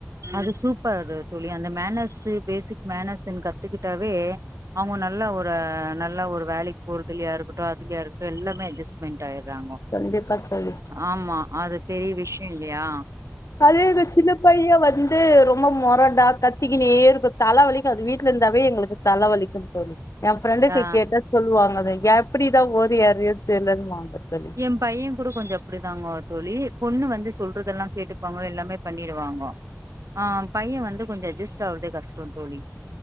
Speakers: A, on the right; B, on the left.
A: அது சூப்பர் தோழி அந்த மேனஸ்சு பேசிக் மேனஸ்ன் கத்துக்கிட்டாவே அவுங்கோ நல்லா ஒரு நல்லா ஒரு வேலைக் போர்றதிலயாருக்ட்டு அதுலயாருக்டு எல்லாமே அட்ஜஸ்மெண்ட் ஆயிறாங்கோ
B: கண்டிப்பா தோழி
A: ஆம்மா அது பெரிய விஷியோல்லியா
B: அதே நா சின்னப் பையே வந்து ரொம்ப மொரடா கத்திக்கினே இருக்கு தல வலிக்கு அது வீட்ல இருந்தாவே எங்ளுக்கு தலவலிக்கு தோழி ஏ ஃப்ரெண்டுக்கு
A: ஆ
B: கேட்டா சொல்லுவாங்க எப்டிதா ஓரி ஆறியோ தெர்லன் வாங்கோ ஃப்ரெண்ட்ஸ்
A: ஏ பைய கூட கொஞ்சோ அப்டிதாங்கோ தோழி பொண்ணு வந்து சொல்றதெல்லா கேட்டுப்பாங்கோ எல்லாமே பண்ணிடுவாங்கோ ஆ பைய வந்து கொஞ்சோ அட்ஜஸ்ட் ஆகுறதே கஷ்டோ தோழி